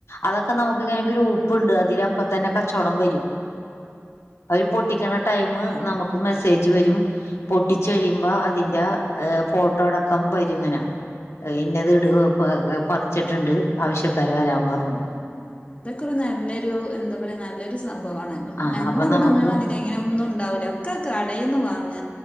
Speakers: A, on the left; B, on the left.
A: അതൊക്കെ നമുക്ക് ഇങ്ങനൊക്കെ ഒരു ഗ്രൂപ്പ്‌ ഇണ്ട് അതിലപ്പ തന്നെ കച്ചോടം വരും അവര് പൊട്ടിക്കണ ടൈമ് നമുക്ക് മെസ്സേജ് വരും പൊട്ടിച്ച് കഴിയു മ്പ അതിന്റെ ഫോട്ടോ അടക്കം വരും ഇങ്ങനെ ഇന്നത് ഇട് പറിച്ചിട്ടുണ്ട് ആവശ്യക്കാര് വരാൻ മ്പറോണ്ടു
B: ആഹ് അതൊക്കെ ഒരു നല്ലൊരു എന്താ പറയാ നല്ലൊരു സംഭവണല്ലോ
A: ആഹ്
B: ഞങ്ങള
A: അപ്പൊ
B: ഇവിടെ
A: നമുക്ക്
B: ഒന്ന് വാങ്ങി ഇങ്ങന ഒന്നും ഉണ്ടാവൂല ഒക്കെ കടേന്ന് വാങ്ങ